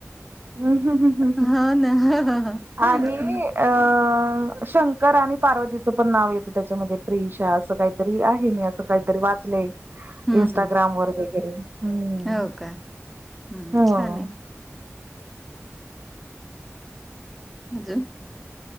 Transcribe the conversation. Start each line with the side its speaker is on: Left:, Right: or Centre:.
Right: ह् हम् ह् ह्
Centre: हो ना हम्म
Right: आणि अ शंकर आणि पार्वतीचं पण नाव येतं त्याच्यामध्ये प्रिषा असं काय री आहे मी असं काहीतरी वाचलंय
Centre: हम्म
Right: इं्स्टाग्राम वर वगैरे हम्म
Centre: हो का हम्म
Right: हो
Centre: छान आहे हजून